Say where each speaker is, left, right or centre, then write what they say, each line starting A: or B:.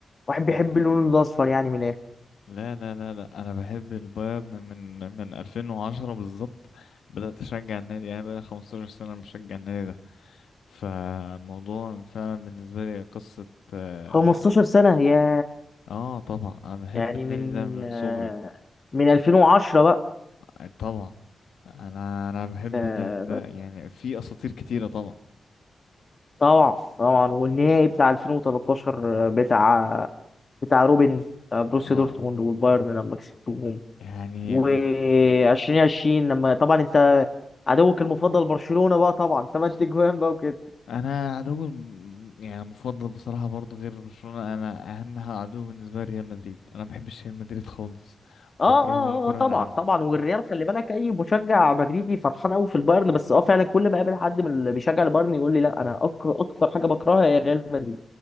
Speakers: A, on the left (about 45°); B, on the left (about 80°).
A: واحد
B: لا
A: بيحب اللون الاصفر يعني من الاخر
B: لا لا لا لا انا بحب البايرن من من 2010 بالظبط بدأت اشجع النادي يعني بقى 15 سنة بشجع النادي ده فموضوع فعلا بالنسبة لي قصة آه
A: 15
B: يعني
A: سنه يا
B: اه طبعا انا بحب
A: يعني
B: النادي
A: من
B: ده من
A: آه،
B: صغري
A: من 2010 بقى
B: آه، طبعا انا انا بحب
A: آه،
B: النادي ده يعني في اساطير كتيرة طبعا
A: طبعا طبعا والنهائي
B: آه،
A: بتاع 2013 بتاع بتاع روبن آه، بروسيا
B: اه
A: دورتموند والبايرن لما كسبتهم
B: يعني
A: و2020
B: ب-
A: لما طبعا انت عدوك المفضل برشلونة بقى طبعا ثمان تجوان بقى وكده
B: انا عدو الم- يعني مفضل بصراحة برضو غير برشلونة انا اهم عدو بالنسبة لي ريال مدريد انا ما بحبش ريال مدريد خالص
A: اه
B: بكرههم
A: اه
B: كره
A: اه آه، طبعا
B: العمى
A: طبعا والريال خلي بالك اي مشجع مدريدي فرحان قوي في البايرن بس اه فعلا كل ما اقابل حد من اللي بيشجع البايرن يقول لي لا انا اكتر اكتر حاجه بكرهها هي ريال مدريد